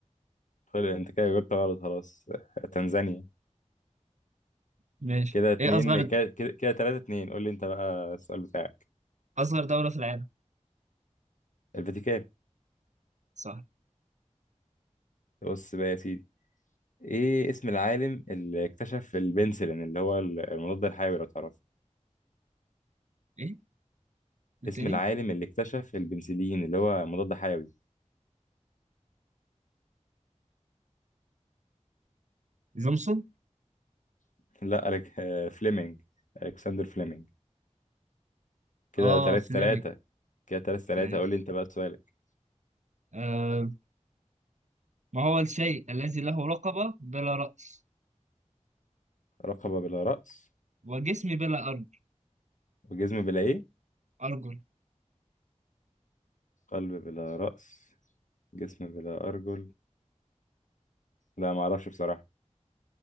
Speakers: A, on the left (about 90°); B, on the right (about 70°).
A: خلي أنت كده جبت غلط خلاص آه، تنزانيا
B: ماشي
A: كده اتنين
B: ايه اصغر
A: كده كده كده تلاتة اتنين قول لي أنت بقى السؤال بتاعك
B: اصغر دولة في العالم
A: الفاتيكان
B: صح
A: بص بقى يا سيدي إيه اسم العالم اللي اكتشف البنسلين اللي هو المضاد الحيوي لو تعرف
B: ايه التاني
A: اسم العالم اللي اكتشف البنسلين اللي هو مضاد حيوي
B: جونسون
A: <laughs> لا ألك... آه، فليمنج ألكسندر فليمنج كده
B: اه
A: تلاتة
B: فليمنج
A: تلاتة كده تلاتة تلاتة
B: ماشي
A: قول لي أنت بقى سؤالك
B: آه، ما هو الشيء الذي له رقبة بلا رأس
A: رقبة بلا رأس
B: وجسم بلا أرجل
A: وجزم بلا إيه
B: أرجل
A: قلب بلا رأس جسم بلا أرجل لا ما أعرفش بصراحة